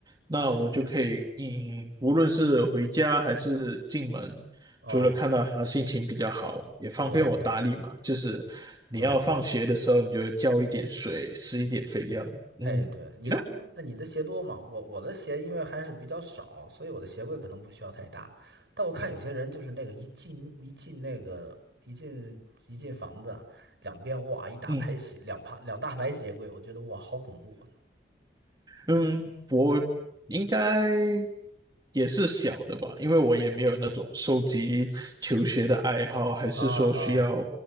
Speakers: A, on the right (about 20°); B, on the right (about 75°).
A: 那我就可以，
B: 嗯嗯，
A: 嗯，无论是回家还是进门，
B: 哦，
A: 除了看到它心情比较好，也方便我打理嘛。
B: 对对
A: 就是你要放学的时候，
B: 对对，
A: 你就浇一点水，施一点肥料。
B: 哎，
A: 嗯，
B: 对，你的，
A: 你呢？
B: 那你的鞋多吗？我我的鞋因为还是比较少，所以我的鞋柜可能不需要太大。但我看有些人就是那个一进一进那个一进一进房子，两边哇一大排鞋，
A: 嗯
B: 两排两大排鞋柜，我觉得哇好恐怖
A: 嗯。应该也是小的吧，因为我也没有那种收集球鞋的爱好，还是说需要
B: 啊啊